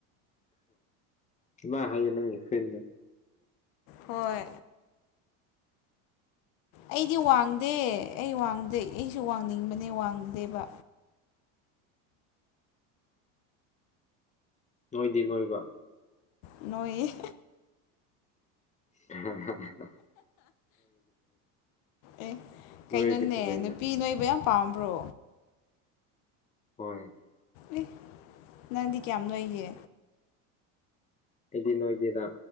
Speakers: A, on the left; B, on the left.
A: ꯏꯃꯥ ꯍꯩ ꯅꯪꯒꯤ ꯐ꯭ꯔꯦꯟ
B: ꯍꯣꯏ ꯑꯩꯗꯤ ꯋꯥꯡꯗꯦ ꯑꯩ ꯋꯥꯡꯗꯦ ꯑꯩꯁꯨ ꯋꯥꯡꯅꯤꯡꯕꯅꯦ ꯋꯥꯡꯗꯦꯕ
A: ꯅꯣꯏꯗꯤ ꯅꯣꯏꯕ
B: ꯅꯣꯏ
A: ꯍꯥ
B: ꯑꯦ
A: ꯅꯣꯏꯔꯗꯤ
B: ꯀꯩꯅꯣꯅꯦ
A: ꯐꯖꯩꯅ
B: ꯅꯨꯄꯤ ꯅꯣꯏꯕꯌꯥꯝ ꯄꯥꯝꯔꯣ
A: ꯍꯣꯏ
B: ꯑꯦ ꯅꯪꯗꯤ ꯀꯌꯥꯝ ꯅꯣꯏꯒꯦ
A: ꯑꯦꯗꯤ ꯅꯣꯏꯒꯦꯗ